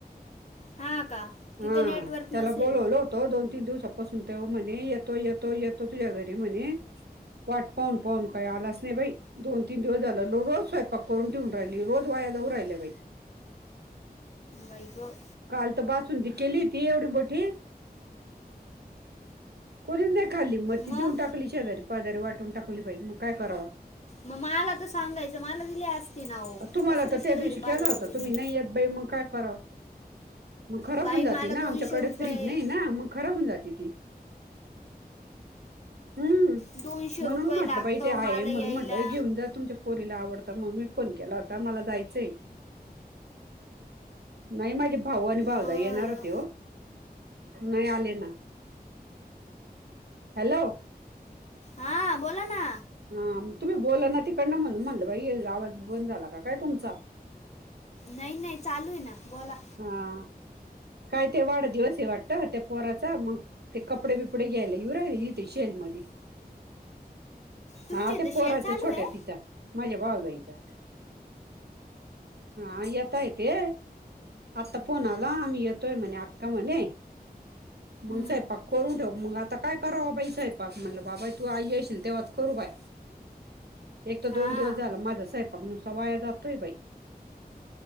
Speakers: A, on the left; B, on the right.
A: हा का तिथे
B: हाआ
A: नेटवर्क
B: त्याला
A: नसेल
B: बोलवल तो दोन तीन दिवसपासून तो म्हणे येतो येतो येतो तुझ्या घरी म्हणे वाट पाहुन पाहुन काय आलास नाही बाई दोन तीन दिवस झाल रोज स्वयंपाक करून ठेवून राहिली रोज वाया जाऊ राहिले बाई
A: बाईगं
B: काल तर बासुंदी केली होती एवढी मोठी कोणीच नाही खाल्ली म ती
A: मग
B: देऊन टाकली शेजारी पाजारी वाटून टाकली बाई म काय करावा
A: मग माला तर सांगायचं माला दिली असती ना ओ
B: तुम्हाला
A: कशाला
B: तर त्या
A: शेजारी
B: दिवशी केला
A: पाजारी
B: होता
A: दिली
B: तुम्ही नाही येत बाई मग काय करावा मग खराब
A: बाई
B: होऊन जाते
A: मला
B: ना
A: दोनशे
B: आमच्याकडं
A: रुपये
B: फ्रीज नाही ना मग खराब होऊन जाते ती हम्म
A: दोनशे
B: म्हणून
A: रुपये
B: म्हटलं
A: लागतं
B: बाई ते हाये
A: मला
B: म्हणून
A: यायला
B: म्हटलं घेऊन जा तुमच्या पोरीला आवडतं मग मी फोन केला होता मला जायचंय नाही माझे भाऊ आणि भाऊजाई
A: बरं
B: येणार होते हो नाही आले ना हॅलो
A: हा बोला ना
B: हा मं तुम्ही बोला ना तिकडन म्हणून म्हणलं बाई येचा आवाज बंद झाला का काय तुमचा
A: नाही नाही चालूयना बोला
B: हा काय ते वाडदिवस हे वाटत त्या पोराचा मग ते कपडे बिपडे घ्यायला येऊ राहिले इथे शेल मध्ये
A: तुमच्या
B: हा
A: इथं
B: ते
A: शेल
B: पोराच्या
A: चालू
B: छोट्या
A: आहे
B: तिच्या माझ्या भावजाईच्या हा येतायते आत्ता फोन आला आम्ही येतोय म्हणे आक्का म्हणे मग
A: हम्म,
B: स्वयंपाक करून ठेव मग आता काय कराव बाई स्वयंपाक म्हटलं बाबा तू आई येशील तेव्हाच करू बाय. एक तर
A: हा
B: दोन दिवस झाल माझा स्वयंपाक नुसता वाया जातोय बाई